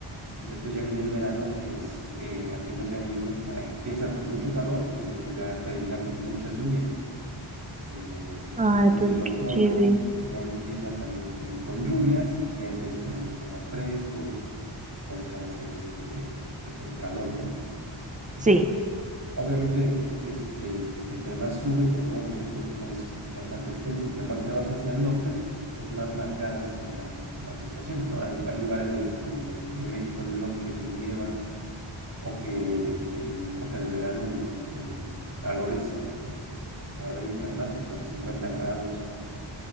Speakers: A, on the right; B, on the right.
A: y después ya viene el verano que es eh, aquí en la Ciudad de México eh, empieza con mucho calor y después ya termina con muchas lluvias. Eh,
B: Ay,
A: y entonces
B: pero
A: el otoño
B: qué chévere.
A: ya empieza también eh, con lluvias y ya empieza a ser un poco más fresco, ya deja de hacer este t- el calor, ¿no? Eh,
B: Sí,
A: Obviamente, este, entre más subes, porque bueno, México es un país bastante extenso, entre más te vas hacia el norte, pues más marcadas son las, las estaciones, ¿no? Hay, hay lugares del es- de, de México en el norte que sí nieva o que el- en época de verano el, el calor es, es, la verdad, infernal, o sea, 50 grados,